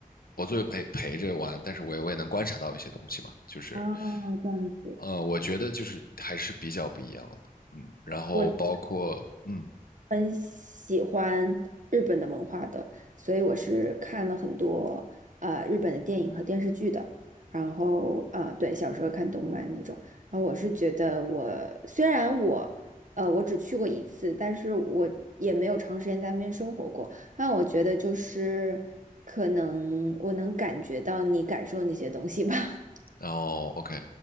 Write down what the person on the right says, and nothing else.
哦，这样子，
我是很喜欢日本的文化的，所以我是看了很多呃日本的电影和电视剧的。然后啊、呃对，小时候看动漫那种。然后我是觉得我虽然我呃我只去过一次，但是我也没有长时间在那边生活过。那我觉得就是可能我能感觉到你感受那些东西吧。<laughs>